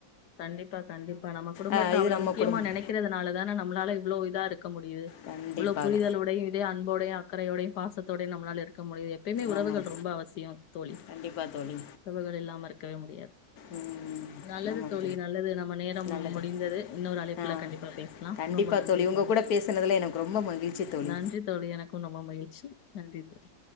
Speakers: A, on the left; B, on the left.
A: கண்டிப்பா கண்டிப்பா நம்ம குடும்பத்த
B: அஹ், இது
A: அவ்ள
B: நம்ம
A: முக்கியமா
B: குடும்பம்
A: நினைக்கிறதுனால தான் நம்மளால இவ்ளோ இதா இரு க்க முடியுது
B: கண்டிப்பாக
A: உள்ள புரிதல உடையும் இதே அன்போடையும் அ க்கறையோடையும் பாசத்தோடையும் நம்மளால இரு க்க முடியுது எப்பெம்மே உறவுகள்
B: ஆமாம்
A: ரொம்ப அவசியம் தோழி
B: கண்டிப்பாக தோழி
A: உறவுகள் இல்லாம இருக்கவே முடியாது
B: ம்,
A: நல்லது
B: ஆமாம்
A: தோழி நல்லது நம்ம நேரம்
B: நல்லது
A: முடிந்தது இன்னொரு அழைப்புல
B: ஆ
A: கண்டிப்பா பேசலாம்
B: கண்டிப்பாக
A: ரொம்ப நன்றி
B: உங்கள்
A: தோழி
B: கூட பேசுனதில் எனக்கு ரொம்ப மகிழ்ச்சி தோழி
A: நன்றி தோழி எனக்கும் ரொம்ப மகிழ்ச்சி நன்றி தோழி